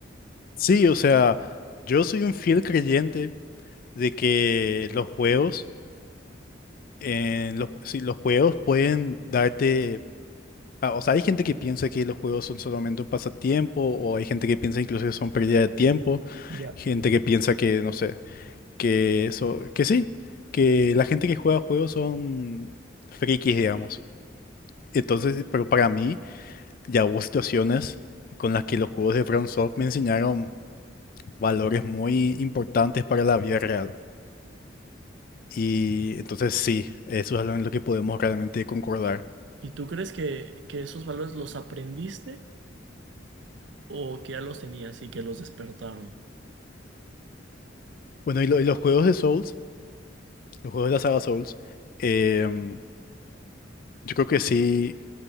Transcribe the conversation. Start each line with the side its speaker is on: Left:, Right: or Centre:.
Left: sí, o sea, yo soy un fiel creyente de que los juegos, en los, sí, los juegos pueden darte... ah, o sea, hay gente que piensa que los juegos son solamente un pasatiempo, o hay gente que piensa incluso que son pérdida de tiempo,
Right: Ya.
Left: gente que piensa que, no sé que eso, que sí, que la gente que juega juegos son frikis, digamos. Entonces, pero para mí ya hubo situaciones con las que los juegos de FromSoft me enseñaron valores muy importantes para la vida real. Y entonces sí, eso es algo en lo que podemos realmente concordar.
Right: ¿Y tú crees que, que esos valores los aprendiste o que ya los tenías y que los despertaron?
Left: Bueno, y, lo- y los juegos de Souls, los juegos de la saga Souls, em, yo creo que sí,